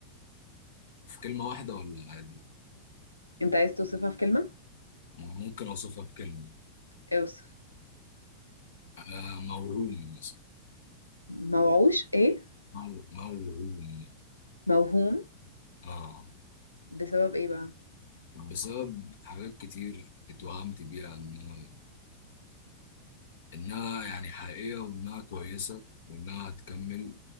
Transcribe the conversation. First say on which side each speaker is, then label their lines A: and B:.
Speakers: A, on the left; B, on the left.
A: في كلمة واحدة ولا عادي
B: انت عايز توصفها في كلمة
A: أنا ممكن أوصفها بكلمة
B: اوصف
A: آه موهوم مثلا
B: موعوش ايه
A: مو- موهوم
B: موهوم
A: آه
B: بسبب ايه بقى
A: بسبب حاجات كتير اتوهمت بيها إنها إنها يعني حقيقية وإنها كويسة وإنها هتكمل